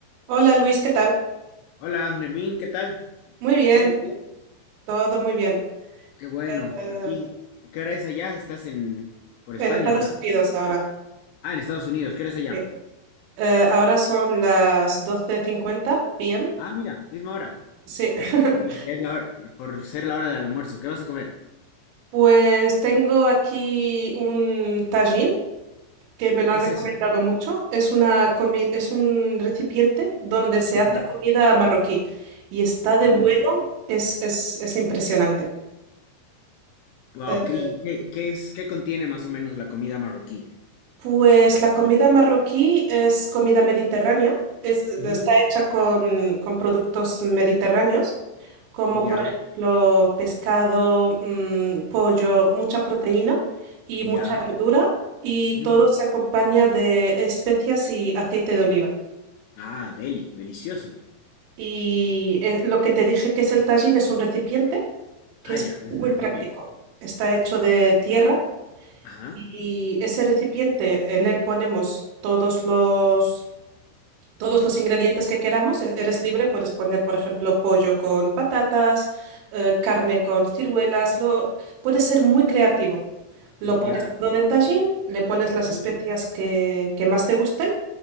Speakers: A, on the right; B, on the left.
A: Hola Luis, ¿qué tal?
B: Hola, Nermín, ¿qué tal?
A: Muy bien,
B: ¿Todo bien?
A: todo muy bien.
B: Qué bueno,
A: Eh,
B: aquí. ¿Qué hora es allá? Estás en... por España,
A: en Estados
B: ¿verdad?
A: Unidos ahora.
B: Ah, en Estados Unidos, ¿qué hora es allá?
A: Sí. Eh, ahora son las 12:50 p.m.
B: Ah, mira, misma hora.
A: Sí. <laughs>
B: Sí, ya es la hora, por ser la hora del almuerzo. ¿Qué vas a comer?
A: Pues tengo aquí un tajín que me lo
B: ¿Qué
A: han recomendado
B: es eso?
A: mucho. Es una comi- es un recipiente donde se hace
B: Ya.
A: comida marroquí y está de
B: Oh,
A: bueno, es, es, es impresionante.
B: Wow,
A: Eh,
B: ¿qué, y qué, qué es, qué contiene más o menos la comida marroquí?
A: Pues la comida marroquí es comida mediterránea, es- eh,
B: Ujú,
A: está hecha con, con productos mediterráneos, como
B: Ya,
A: por ejemplo pescado, mm, pollo, mucha proteína y
B: ya.
A: mucha verdura, y
B: mm.
A: todo se acompaña de especias y aceite de oliva.
B: Ah, deli, delicioso.
A: Y eh, lo que te dije que es el tajín es un recipiente que
B: Ah,
A: es
B: ya, es
A: muy
B: el recipiente.
A: práctico. Está hecho de tierra
B: Ajá,
A: y ese recipiente en él ponemos todos los todos los ingredientes que queramos. e- Eres libre, puedes poner, por ejemplo, pollo con patatas, eh, carne con ciruelas. Lo, puedes ser muy creativo. Lo
B: ya.
A: pones todo en el tajín, le pones las
B: ujú,
A: especias que, que más te gusten,